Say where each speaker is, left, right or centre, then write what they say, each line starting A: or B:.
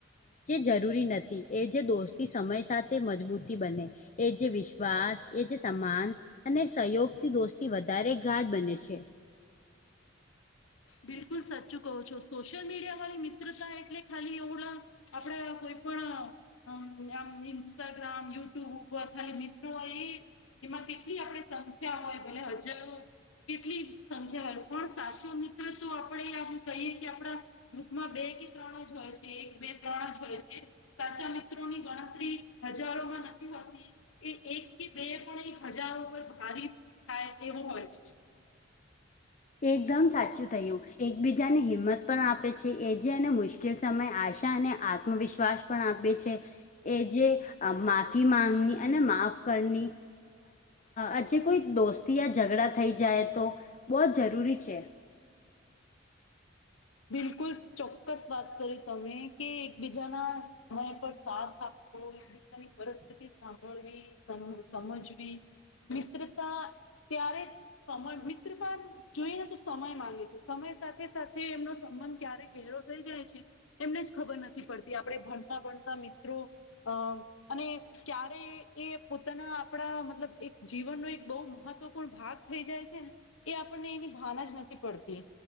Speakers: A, on the left; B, on the left.
A: જે જરૂરી નથી એ જે દોસ્તી સમય સાથે મજબૂતી બને એ જે વિશ્વાસ એજ સમાન અને સહયોગ દોસ્તી વધારે ગાઢ બને છે.
B: બિલકુલ સાચું કહો છો સોશિયલ મીડિયા વાળી મિત્રતા એટલે ખાલી એવલા આપડ કોઈ પણ અમ આમ ઇન્સ્ટાગ્રામ યુટ્યુબ ખાલી મિત્રો એ એમાં કેટલી આપે સંખ્યા હોય ભલે હજારો કેટલી સંખ્યા હોય પણ સાચો મિત્ર તો આપણેે કહીએ કે આપડા ગ્રુપમાં બે કે ત્રણ જ હોય છે એક બે ત્રણ જ હોય છે. સાચા મિત્રોની ગણતરી હજારોમાં નથી હોતી. એ એક કે બે પણ એ હજારો પર ભારી થાય એવો હોય છે.
A: એકદમ સાચું થયું એકબીજાને હિંમત પણ આપે છે એ જેને મુશ્કે લ સમય આશા અને આત્મવિશ્વાસ પણ આપે છે. એ જે માફી માંગની અને માફ કરની આજે કોઈ દોસ્તી ઝઘડા થઈ જાય તો બહુ જ જરૂરી છે.
B: બિલકુલ ચોક્કસ વાત કરી તમે કે એકબીજાના સમય પર સાથ આપવો હોય ને ની પરિસ્થિતિ સાંભળવી સમજવી મિત્રતા ત્યારે જ <unintelligible> મિત્રતા જોઈ ને તો સમય માંગે છે સમય સાથે સાથે એમનો સંબંધ ક્યારે ઘેરો થઈ જાય છે એમને જ ખબર નથી પડતી આપણે ભણતા ભણતા મિત્રો અ અને ક્યારે એ પોતાના આપડા મતલબ એક જીવનનો એક બહ મહત્વપૂર્ણ ભાગ થઈ જાય છે ને એ આપણને એની ભાન જ નથી પડતી